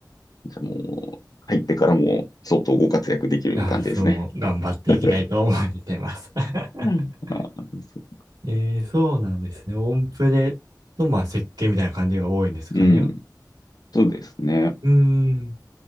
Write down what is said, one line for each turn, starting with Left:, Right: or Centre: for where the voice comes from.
Left: じゃあもう、入ってからも相当ご活躍できる感じですね。
Right: いやー、そう、頑張っていきたいと思ってます。
Left: <laughs>
Right: <laughs>
Left: うん。<laughs> あーそ
Right: えー、そうなんですね。オンプレと、まあ、設計みたいな感じが多いんですかね。
Left: ううん、そうですね。
Right: うーん、